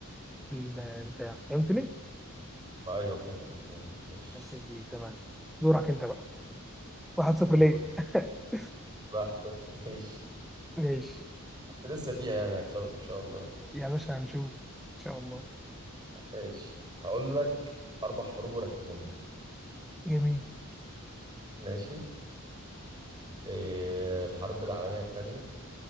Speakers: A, in the centre; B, on the right.
A: البتاع فهمتني؟
B: ما أيوه فهمتك فهمتك ماشي
A: بس كبير تمام دورك أنت بقى 1-0
B: دوري
A: ليه؟ <laughs>
B: بحت <laughs> ماشي
A: ماشي
B: لسه فيها يعني هكسبك إن شاء الله
A: يا باشا هنشوف إن شاء الله
B: ماشي هقول لك أربع حروب ورتبهم لي
A: جميل
B: ماشي إيه الحرب العالمية التانية